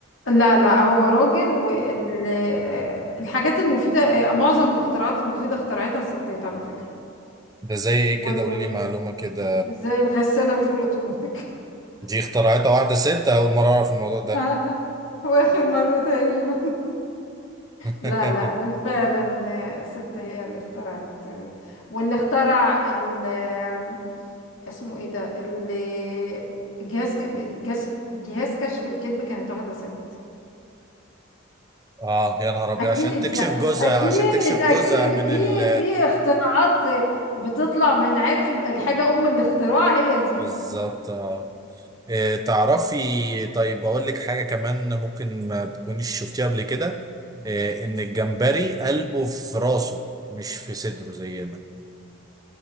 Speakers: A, on the left; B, on the right.
A: لا لا هو راجل والحاجات المفيدة آه، معظم الاختراعات المفيدة اخترعتها ستات على فكرة
B: ده زي ايه
A: وال...
B: كده قولي لي معلومه كده
A: زي الغسالة الفول اوتوماتيك
B: دي اخترعتها واحده ست اول مره اعرف الموضوع
A: <laughs>
B: ده
A: واخر مرة تقريبا
B: <laughs>
A: لا لا فعلا آه، ست هي اللي اخترعت آه، واللي اخترع ال... آه، اسمه ايه ده اللي جهاز ك- جهاز جهاز كشف الكذب كانت واحدة ست
B: اه يا نهار ابيض
A: اكيد
B: عشان تكشف
A: يعني
B: جوزها
A: اكيد
B: عشان تكشف
A: اكيد
B: جوزها من
A: في
B: ال
A: في اختراعات بتطلع من عارف ال- الحاجه ام الاختراع هي دي
B: بالظبط اه آه، تعرفي طيب اقول لك حاجه كمان ممكن ما تكونيش شفتيها قبل كده آه، ان الجمبري قلبه في راسه مش في صدره زينا